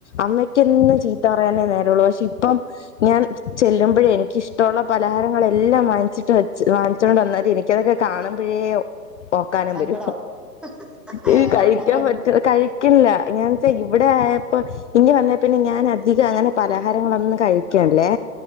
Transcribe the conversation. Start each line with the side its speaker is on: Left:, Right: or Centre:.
Left: അമ്മയ്ക്കി ന്ന് ചീത്ത പറയാനേ നേരേള്ളൂ പക്ഷെ ഇപ്പം ഞാൻ ചെല്ലുമ്പോഴേ എനക്കിഷ്ട്ടൊള്ള പലഹാരങ്ങളെല്ലാം വാങ്ങിച്ചിട്ട് വെച്ച് വാങ്ങിച്ചോണ്ട് വന്ന്ത് എനിക്കതൊക്കെ കാണുമ്പോഴ <unintelligible> ഓക്കാനം
Centre: സങ്കടാവും
Left: വെരും ഈ
Centre: ഏഹ്
Left: കഴിക്കാൻ
Centre: ഓക്കാന അത്
Left: പറ്റു <unintelligible> കഴി ഇല്ല <unintelligible> ഇവിടെ ആയപ്പോ ഇങ്ങ് വന്നേ പിന്നെ ഞാൻ അധികം അങ്ങനെ പലഹാരങ്ങളൊന്നും കഴിക്കല്ലേ.